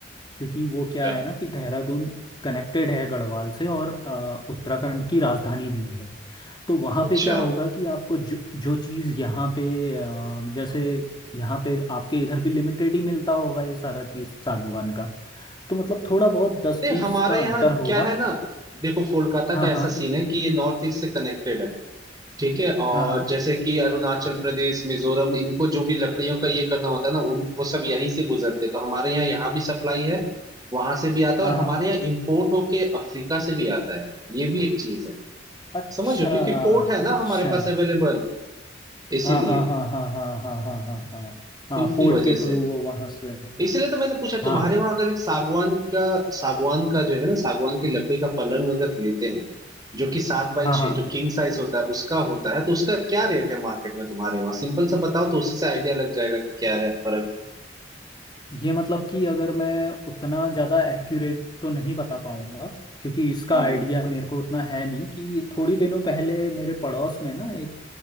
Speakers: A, on the left; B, on the right.
A: क्योंकि वो क्या
B: अच्छा
A: है ना कि देहरादून कनेक्टेड है गढ़वाल से और अ, उत्तराखंड की राजधानी भी है तो वहाँ
B: अच्छा
A: पे क्या होगा कि आपको जो जो चीज़ यहाँ पे अ, जैसे यहाँ पे आपके इधर भी लिमिटेड ही मिलता होगा ये सारा चीज़ सागवान का तो मतलब थोड़ा बहुत दस
B: नहीं
A: बीस
B: हमारा
A: का
B: यहाँ
A: अंतर होगा
B: क्या है ना देखो कोलकाता
A: हाँ
B: का ऐसा
A: हाँ
B: सीन है कि ये नॉर्थ ईस्ट से कनेक्टेड है ठीक है और
A: हाँ हाँ
B: जैसे कि अरुणाचल प्रदेश मिजोरम इनको जो भी लकड़ियों का ये करना होता है ना उन वो सब यहीं से गुजरते हैं। तो हमारे यहाँ यहाँ भी सप्लाई है वहां से भी आता
A: हाँ
B: है और हमारे
A: हाँ
B: यहाँ इम्पोर्ट होके अफ्रीका से भी आता है ये भी एक चीज है
A: अच्छा
B: समझो क्योंकि पोर्ट है ना
A: अच्छा
B: हमारे पास अवेलेबल इसीलिए
A: हाँ हाँ हाँ हाँ हाँ हाँ हाँ हाँ हाँ हाँ
B: तो इसी
A: पोर्ट
B: वजह
A: के
B: से
A: थ्रू वो वहाँ से
B: इसीलिए तो मैंने पूछा
A: हाँ
B: तुम्हारे वहां अगर एक सागवान का सागवान का जो है ना सागवान की लकड़ी का पलंग अगर लेते हैं जो कि सात बाई
A: हाँ
B: छह
A: हाँ
B: जो किंग साइज होता है उसका होता है तो उसका क्या रेट है मार्केट में तुम्हारे वहाँ सिंपल सा बताओ तो उसी से आइडिया लग जाएगा कि क्या है फर्क
A: ये मतलब कि अगर मैं उतना ज़्यादा एक्यूरेट तो नहीं बता पाऊंगा क्योंकि इसका
B: हम्म
A: आइडिया मेरे को उतना है नहीं कि थोड़ी दिनों पहले मेरे पड़ोस में ना एक